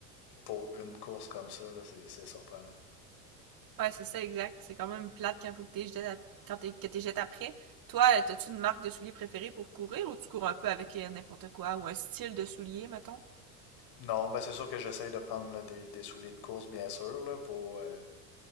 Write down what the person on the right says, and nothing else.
Ouais, c'est ça, exact. C'est quand même plate quand faut que t'es jeté, quand t'es, que t'es jeté après. Toi, euh, t'as-tu une marque de souliers préférée pour courir, ou tu cours un peu avec euh, n'importe quoi, ou un style de souliers, mettons?